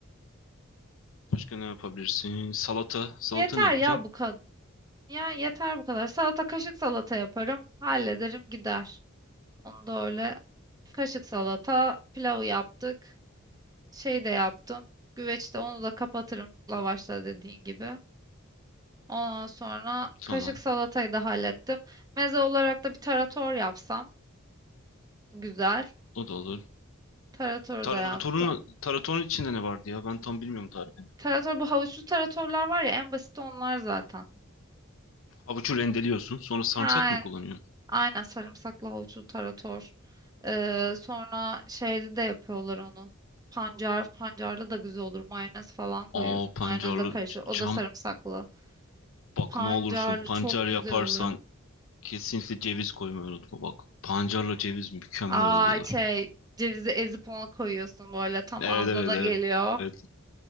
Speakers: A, on the left; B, on the right.
A: Başka ne yapabilirsin? Salata. Salata
B: Yeter
A: ne yapacaksın?
B: ya bu kadar. Ya yeter bu kadar. Salata kaşık salata yaparım. Hallederim gider. Onu da öyle kaşık salata pilavı yaptık. Şey de yaptım. Güveçte onu da kapatırım lavaşla dediğin gibi. Ondan sonra
A: Tamam.
B: kaşık salatayı da hallettim. Meze olarak da bir tarator yapsam. Güzel.
A: O da olur.
B: Tarator
A: Taratorun,
B: da yaptım.
A: taratorun içinde ne vardı ya? Ben tam bilmiyorum tarifini.
B: Tarator bu havuçlu taratorlar var ya en basit onlar zaten.
A: Havucu rendeliyorsun. Sonra sarımsak
B: Aynen.
A: mı kullanıyorsun?
B: Aynen sarımsaklı havuçlu tarator. Ee, sonra şeyli de yapıyorlar onu. Pancar, pancarlı da güzel olur. Mayonez falan koyuyorsun.
A: Aa pancarlı
B: Mayonezle karışır.
A: ç-
B: O
A: cam.
B: da sarımsaklı.
A: Bak
B: Pancarlı
A: ne olursun pancar
B: çok güzel
A: yaparsan
B: oluyor.
A: kesinlikle ceviz koymayı unutma bak. Pancarla ceviz mükemmel
B: Ay
A: oluyorlar.
B: şey cevizi ezip ona koyuyorsun böyle tam
A: Evet
B: ağza
A: evet
B: da
A: evet.
B: geliyor.
A: Evet.